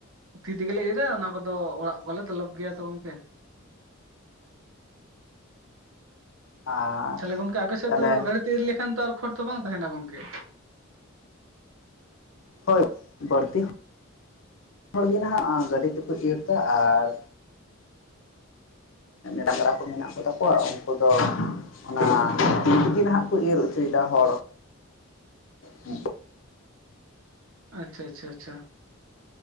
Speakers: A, on the right; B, on the left.
A: ᱛᱤ ᱛᱮᱜᱮᱞᱮ ᱤᱨᱟ ᱚᱱᱟ ᱠᱚᱫᱚ ᱚᱲᱟᱜ ᱠᱚᱞᱮ ᱫᱚᱞᱚᱵ ᱜᱮᱭᱟ ᱛᱚ ᱜᱚᱝᱠᱮ
B: ᱟᱨ
A: ᱛᱟᱦᱚᱞᱮ ᱜᱚᱝᱠᱮ ᱟᱯᱮ ᱥᱮᱫ
B: ᱛᱟᱦᱚᱞᱮ
A: ᱫᱚ ᱜᱟᱹᱲᱤᱛᱮ ᱤᱨ ᱞᱮᱠᱷᱟᱱ ᱛᱚ ᱟᱨ ᱠᱷᱚᱨ ᱛᱚ ᱵᱟᱝ ᱛᱟᱦᱮᱱᱟ ᱜᱚᱝᱠᱮ
B: ᱦᱳᱭ ᱵᱟᱹᱲᱛᱤ ᱦᱚᱲ ᱜᱮ ᱱᱟᱦᱟᱜ ᱜᱟᱹᱰᱤ ᱛᱮᱠᱚ ᱤᱨ ᱮᱫᱟ ᱟᱨ ᱰᱟᱝᱨᱟ ᱠᱚ ᱢᱮᱱᱟᱜ ᱠᱚᱛᱟ ᱠᱚᱣᱟ ᱩᱱᱠᱩ ᱫᱚ ᱚᱱᱟ ᱛᱤ ᱛᱤᱜᱤ ᱱᱟᱦᱟᱜ ᱠᱚ ᱤᱨ ᱚᱪᱚᱭᱮᱫᱟ ᱦᱚᱲ ᱦᱮᱸ
A: ᱟᱪᱪᱷᱟ ᱟᱪᱪᱷᱟ ᱟᱪᱪᱷᱟ